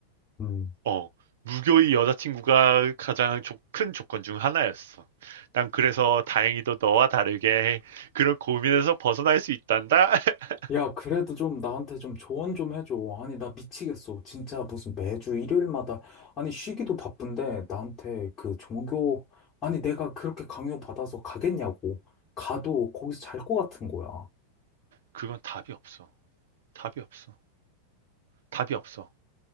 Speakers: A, on the left; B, on the right.
A: 음.
B: 어 무교의 여자친구가 가장 조- 큰 조건 중 하나였어. 난 그래서 다행히도 너와 다르게 그런 고민에서 벗어날 수 있단다. <laughs>
A: 야, 그래도 좀 나한테 좀 조언 좀 해줘. 아니, 나 미치겠어. 진짜 무슨 매주 일요일마다, 아니, 쉬기도 바쁜데, 나한테 그 종교, 아니, 내가 그렇게 강요받아서 가겠냐고. 가도 거기서 잘 것 같은 거야.
B: 그건 답이 없어. 답이 없어. 답이 없어.